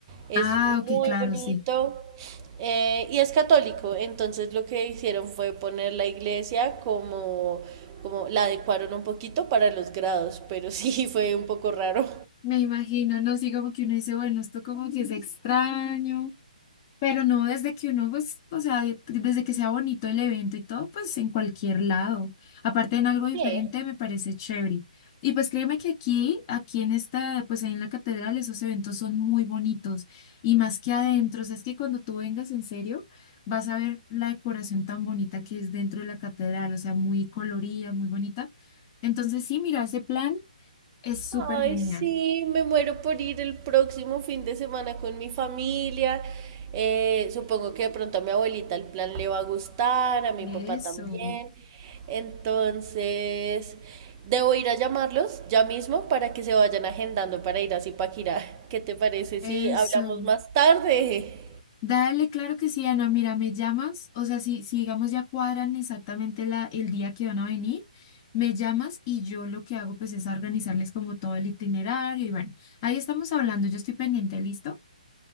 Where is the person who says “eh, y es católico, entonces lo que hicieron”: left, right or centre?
Right